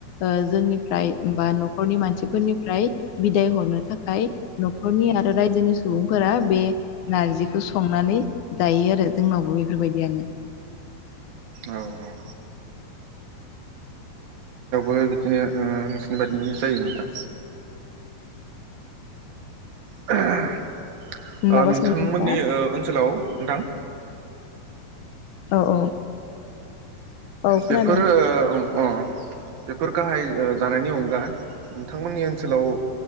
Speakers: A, on the left; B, on the right.
A: ओ जोंनिफ्राय बा न'खरनि मानसिफोरनिफ्राय बिदाय हरनो थाखाय न'खरनि आरो रायजोनि सुबुंफोरा बे नारजिखौ संनानै जायो आरो जोंनावबो बेफोरबायदियानो।
B: औ औ बो बिदिनो ओ नोंसोरनि बायदिनि जायो नोंथां। <unintelligible>
A: माबा
B: ओ नोंथांमोननि
A: सोंदों ना
B: ओ ओनसोलाव नोंथां
A: औ औ औ खोनादों
B: बेफोरो ओ अ बेफोर गाहाय ओ जानायनि अनगा नोंथांमोननि ओनसोलाव